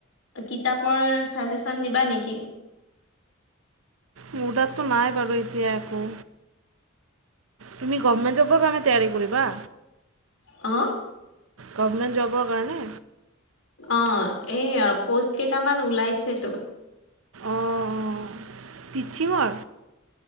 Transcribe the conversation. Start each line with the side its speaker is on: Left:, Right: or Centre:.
Left: কিতাপৰ ছাজেচন দিবা নেকি
Right: মোৰ তাতটো নাই বাৰু এতিয়া একো তুমি গভমেণ্ট জবৰ কাৰণে তৈয়াৰি কৰিবা
Left: অ
Right: গভমেণ্ট জবৰ কাৰণে
Left: অ এই পোষ্ট কেইটামান ওলাইছেতো
Right: অ অঁঁ টিচিঙৰ